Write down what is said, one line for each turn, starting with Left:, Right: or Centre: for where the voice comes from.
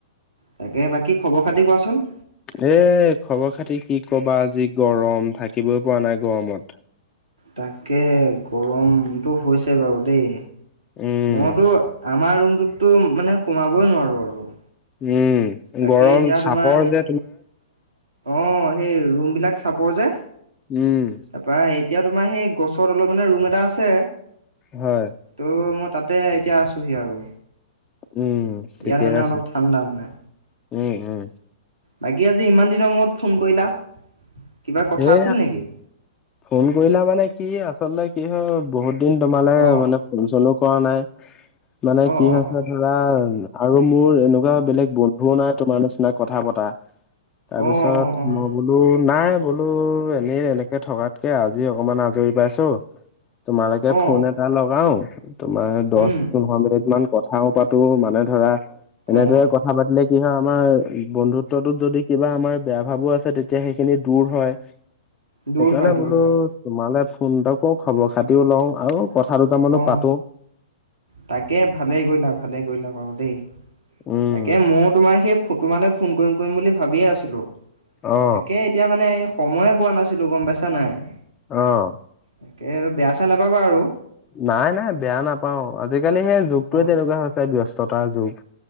Right: তাকে বাকী খবৰ খাতি কোৱাচোন?
Left: এ খবৰ খাতি কি কবা আজি গৰম থাকিবই পৰা নাই গৰমত-
Right: তাকে গৰমটো হৈছে বাৰু দেই।
Left: উম
Right: মইতো আমাৰ ৰুমটোততো মানে সোমাবই নোৱাৰোঁ আৰু।
Left: উম।
Right: তাকে
Left: গৰম
Right: এতিয়া
Left: চাপৰ
Right: তোমাৰ
Left: যে
Right: অ সেই ৰুমবিলাক চাপৰ যে।
Left: উম।
Right: তাৰপৰা এতিয়া তোমাৰ সেই গছৰ তলত মানে ৰুম এটা আছে
Left: হয়
Right: ত' মই তাতে এতিয়া আছোঁহি আৰু
Left: উম ঠিকে
Right: ইয়াত মানে
Left: আছে।
Right: অলপ ঠাণ্ডা, মানে
Left: উম উম!
Right: বাকী আজি ইমান দিনৰ মূৰত ফোন কৰিলা। কিবা কথা
Left: এ
Right: আছিল নেকি
Left: ফোন কৰিলা মানে কি আচলতে কি হয় ।বহুত দিন তোমালে
Right: অঁ
Left: মানে ফোন চোনো কৰা নাই মানে
Right: অঁ
Left: কি
Right: অঁ
Left: হৈছে
Right: অঁ
Left: ধৰা- আৰু মোৰ এনেকুৱা বেলেগ বন্ধুও নাই তোমাৰ নিচিনা কথা পতা- তাৰপিছত
Right: অঁ অঁ অঁ
Left: মই বোলোঁ নাই। বোলোঁ এনেই এনেকে থকাতকে আজি অকনমান আজৰি পাইছোঁ? তোমালৈকে
Right: অঁ
Left: ফোন এটা লগাও তোমাৰ দহ
Right: উম
Left: পোন্ধৰ মিনিট মান। কথাও পাতো মানে ধৰা এনেদৰে
Right: অঁ
Left: কথা পাতিলে কি হয়। আমাৰ বন্ধুত্বটোত যদি কিবা আমাৰ বেয়া ভাবো আছে তেতিয়া সেইখিনিত? দূৰ হয়
Right: দূৰ
Left: সেইকাৰণে
Right: হয় দূৰ
Left: বোলোঁ
Right: হয়
Left: তোমালে? ফোনটাও কৰোঁ খবৰ খাতিও লওঁ আৰু। কথা দুটামানো
Right: অ
Left: পাতো।
Right: তাকে ভালেই কৰিলা ভালেই কৰিলা বাৰু দেই।
Left: উম
Right: তাকে ময়ো তোমাৰ সেই তোমালৈ ফোন কৰিম কৰিম বুলি ভাবিয়ে আছিলোঁ? তাকে
Left: অ
Right: এতিয়া মানে সময়ে পোৱা নাছিলোঁ গম পাইছা নাই।
Left: অহ
Right: তাকে বেয়া চেয়া নাপাবা আৰু।
Left: নাই নাই বেয়া নাপাওঁ আজিকালি সেই যুগটোৱে
Right: অঁ
Left: তেনেকুৱা হৈছে ব্যস্ততাৰ যুগ।